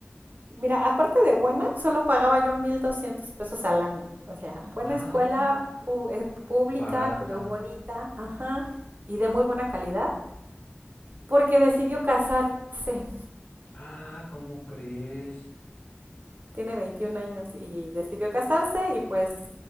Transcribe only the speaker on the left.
Ah,
barata.
Ah, ¿cómo crees?